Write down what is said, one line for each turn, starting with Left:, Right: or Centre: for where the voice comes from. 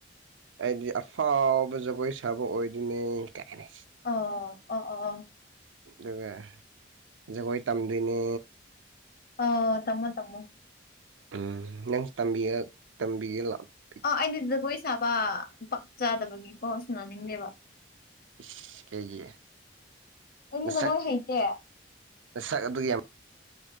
Right: ꯍꯥꯏꯗꯤ ꯑꯐꯥꯎꯕ ꯖꯒꯣꯏ ꯁꯥꯕ ꯑꯣꯏꯗꯣꯏꯅꯦ ꯀꯥꯏꯅ
Left: ꯑꯣ ꯑꯣ ꯑꯣ ꯑꯣ
Right: ꯑꯗꯨꯒ ꯖꯒꯣꯏ ꯇꯝꯗꯣꯏꯅꯦ
Left: ꯑꯣ ꯇꯝꯃꯣ ꯇꯝꯃꫭ
Right: ꯎꯝ ꯅꯪꯁꯨꯇꯝꯕꯤꯌ ꯇꯝꯕꯤꯒꯦ ꯂꯥꯛꯑꫭ
Left: ꯑ ꯑꯩꯅꯗꯤ ꯖꯒꯣꯏ ꯁꯥꯕ ꯄꯛꯆꯥꯗꯕꯒꯤꯀꯣ ꯁꯅꯅꯤꯡꯗꯦꯕ
Right: ꯏꯁ ꯀꯩꯒꯤ
Left: ꯑꯩꯗꯤ
Right: ꯅꯁꯛ
Left: ꯖꯒꯣꯏ ꯍꯩꯇꯦ
Right: ꯅꯁꯛ ꯑꯗꯨꯛ ꯌꯥꯝ꯫